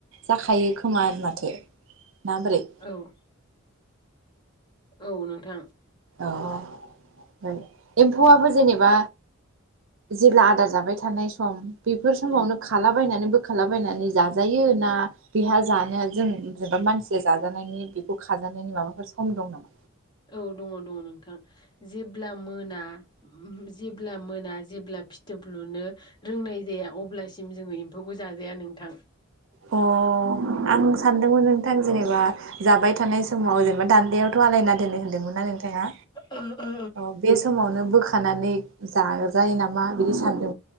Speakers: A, on the right (about 65°); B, on the left (about 20°).
A: जाखायो खोमा माथो ना बोरै
B: औ औ नोंथां
A: औ एम्फौआबो जेनेबा जेब्ला आदार जाबाय थानाय सम बेफोर समावनो
B: उम
A: खालाबायनानै बो खालामबायनानै जाजायो ना बेहा जानो जों जेनेबा मानसिया जाजानायनि बेखौ खाजानायनि माबाफोर सम दं नामा?
B: औ दङ दङ नोंथां जेब्ला मोना जेब्ला मोना जेब्ला फिथोब लुनो रोंनाय जाया अब्लासिम जोङो - एम्फौबो जाजाया नोंथां।
A: अ आं सानदोंमोन नोंथां जेनेबा जाबाय थ थानाय समाव
B: उम
A: जेनेबा दान्दायावथ' आलायना दोननो होनदोंमोनना नोंथाङा।
B: ओहो
A: अ' बे समावनो बोखानानै जाजायो नामा बिदि सान